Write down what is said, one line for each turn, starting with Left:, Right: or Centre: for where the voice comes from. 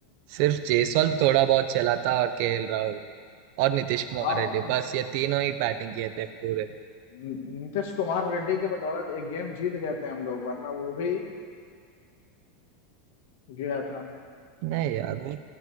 Right: सिर्फ जयसवाल थोड़ा बहुत चला था और केएल राहुल और नीतीश कुमार
Left: हाँ
Right: रेड्डी बस ये तीनों ही बैटिंग किए थे पूरे में
Left: नि- नीतीश कुमार रेड्डी के बदौलत एक गेम जीत गए थे हम लोग वरना वो भी गया था
Right: नहीं यार वो